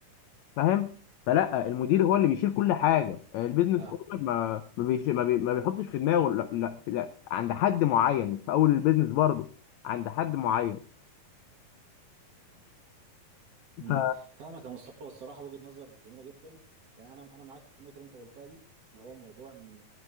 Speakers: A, on the left (about 85°); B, on the right (about 50°).
A: فاهم فلا المدير هو اللي بيشيل كل حاجه البيزنس
B: فاهم.
A: اونر ما ما, بيش ما, بي ما بيحطش في دماغه لا, لا, لا عند حد معين مش في اول البيزنس برضه عند حد معين
B: امم
A: ف...
B: فاهمك يا مصطفى الصراحه وجهه نظر جميله جدا يعني انا انا معاك في النقطه اللي انت قلتها دي اللي هو موضوع ان